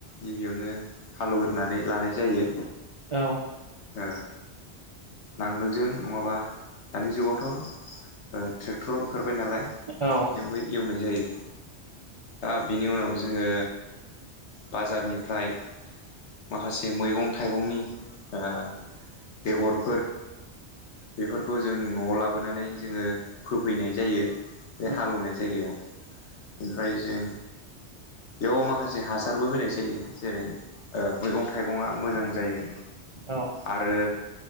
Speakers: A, on the left (about 75°); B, on the right (about 45°).
A: गिबियावनो हालेवग्रोनानै लानाय जायो।
B: औ।
A: ओ नांगोलजों नङाबा दानि जुगावथ' ओ ट्रेक्टर ओंखार बाय नालाय
B: औ ओं
A: बेजोंबो एवनाय जायो दा बेनि उनाव जोङो बाजारनिफ्राय माखासे मैगं थाइगंनि ओ बेगर फोर बेफोरखौ जों न'आव लाबोनानै जोङो फोफैनाय जायो। बे
B: उम
A: हालेवनाय जायगायाव ओमफ्राय जों बेयाव माखासे हासारबो होनाय जायो जेरै ओ मैगं थाइगंङा मोजां जायो
B: ओ
A: आरो